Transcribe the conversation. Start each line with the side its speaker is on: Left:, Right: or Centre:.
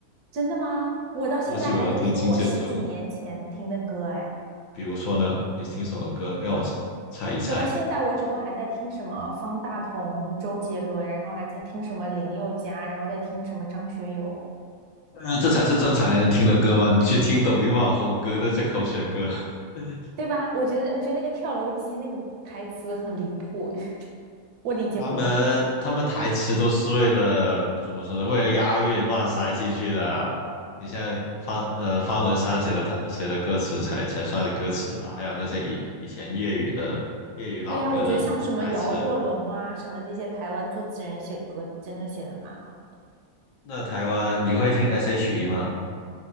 Right: 真的吗？我到现在还在听我十几年前听的歌，
Left: 我喜欢听听这就
Right: 哎，
Left: 比如说呢，你听什么歌？让我猜一猜。
Right: 我到现在为止都还在听什么方大同、周杰伦，然后还在听什么林宥嘉，然后在听什么张学友，
Left: 呃，这才是正常人听的歌吗？你去听抖音网红歌那些口水歌，<laughs>
Right: 对吧？我觉得，我觉得那个跳楼机那个台词很离谱，<laughs> 我理解不了。
Left: 他们他们台词都是为了怎么说呢？为了押韵乱塞进去的。你像方呃方文山写的他写的歌词才才算是歌词吧，还有那些以以前粤语的粤语老歌的台词。
Right: 对啊，我觉得像什么姚若龙啊，什么这些台湾作词人写歌，真的写的蛮好。
Left: 那台湾你会听 S.H.E 吗？